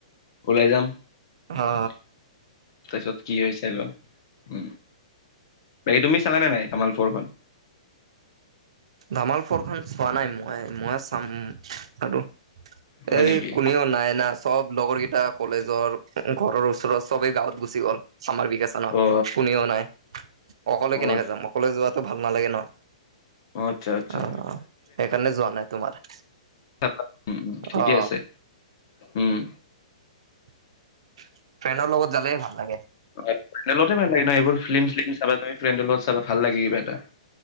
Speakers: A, on the left (about 35°); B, on the right (about 55°).
A: ওলাই যাম। <inaudible>
B: অ
A: <inaudible> তাৰপিছত কি হয় চাই লওঁ। উম! বাকী তুমি চালা নাই ধামাল ফৰ খন? <inaudible>
B: ধামাল ফৰখন চোৱা নাই মই। মই চাম আৰু। <inaudible>
A: হয়
B: এই
A: নেকি
B: কোনেও নাই না <inaudible> চব লগৰ কেইটা কলেজৰ, ঘৰৰ ওচৰৰ <inaudible> চবেই গাঁৱত গুচি গ'ল চামাৰ ভেকেচনত।
A: অ অ
B: কোনেও নাই অকলে কেনেকে
A: অ
B: যাম অকলে যো <unintelligible> যোৱাটো ভাল নালাগে ন'। <inaudible>
A: আচ্ছা আচ্ছা
B: অ! সেইকাৰণে যোৱা নাই তোমাৰ। <inaudible>
A: <inaudible> উম-উম, ঠিকে
B: অ
A: আছে। উম!
B: <inaudible> ফ্ৰেণ্ডৰ লগত জালে ভাল লাগে।
A: <inaudible> ভাল লাগে ন এইবোৰ ফিল্ম-চিলিম চাব গৈ ফ্ৰেণ্ডৰ লগত চাব ভাল লাগে কিবা এটা।